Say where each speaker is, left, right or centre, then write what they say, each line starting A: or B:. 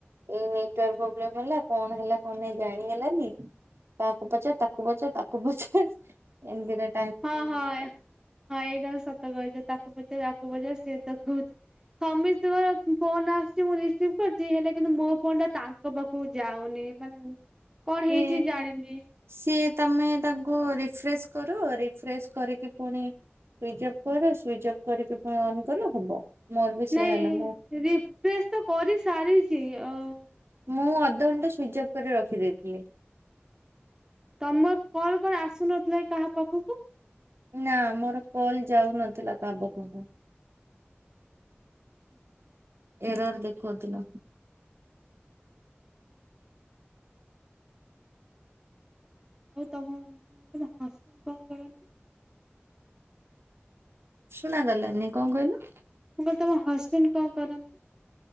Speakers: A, on the right; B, on the right.
A: ଏଇ ନେଟୱାର୍କ ପ୍ରୋବ୍ଲେମ ହେଲା କଣ ହେଲା କଣ ନାଇଁ ଜାଣି ହେଲାନି। ତାକୁ ପଚାର, ତାକୁ ପଚର୍, ତାକୁ ପଚାର ଏମ୍ତିରେ
B: ହଁ-ହଁ-ହଁ ଏଇଟା ସତ କହିଛ। ତାକୁ ପଚାର ଆକୁ ପଚାର ସେତ କହୁଚି। ସମୀସ୍ତିଙ୍କର ଫୋନ ଆସୁଚି ମୁଁ ରିସିଭ୍ କରିଛି ହେଲେ କିନ୍ତୁ ମୋ ଫୋନଟା ତା ତାଙ୍କ ପାଖକୁ ଯାଉନି ମାନେ କଣ
A: ସେ
B: ହେଇଛି ଜାଣିନି।
A: ସିଏ ତମେ ତାଙ୍କୁ ରିଫ୍ରେଶ କର ରିଫ୍ରେଶ କରିକି ପୁଣି ସୁଇଚ୍ ଅଫ୍ କର ସୁଇଚ୍ ଅଫ୍ କରିକି ପୁଣି ଅନ୍ କର ହବ। ମୋର ବି
B: ନାଇଁ
A: ସେୟା ହେଲା ମୁଁ
B: ରିଫ୍ରେସ ତ କରି ସାରିଛି ଆଉ।
A: ମୁଁ ଅଧଘଣ୍ଟା ସୁଇଚ ଅଫ୍ କରି ରଖିଦେଇଥିଲି।
B: ତମ କଲ କଣ ଆସୁନଥିଲା କାହା ପାଖକୁ।
A: ନା ମୋର କଲ ଯାଉନଥିଲା କାହା ପାଖକୁ।
B: ଆଚ୍ଛା।
A: ଏରର୍ ଦେଖଉଥିଲା।
B: ଆଉ ତମ ମାନେ ତମ ହଜବେଣ୍ଟ କଣ କରନ୍ତି?
A: ଶୁଣା ଗଲାନି କଣ କହିଲ?
B: ମୁଁ କହିଲି ତମ ହସବେଣ୍ଡ କଣ କରନ୍ତି?